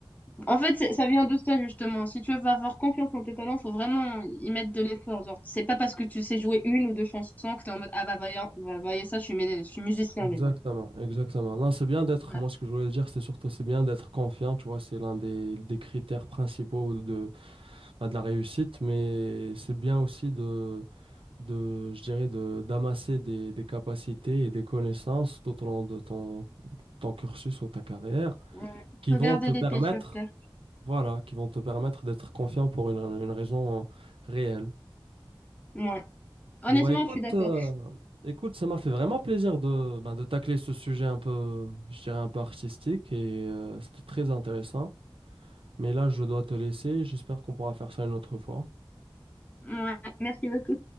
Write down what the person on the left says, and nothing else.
En fait, c'est- ça vient de ça, justement. Si tu veux avoir confiance en tes talents, faut vraiment y mettre de l'effort. Genre, c'est pas parce que tu sais jouer une ou deux chansons que t'es en mode, ah bah, voyez, voyez ça, je suis, mé- je suis musicien,
mais non.
Ouais,
ouais.
Faut
garder
les
pieds sur terre.
Ouais. Honnêtement,
je suis d'accord.
Ouais, merci beaucoup.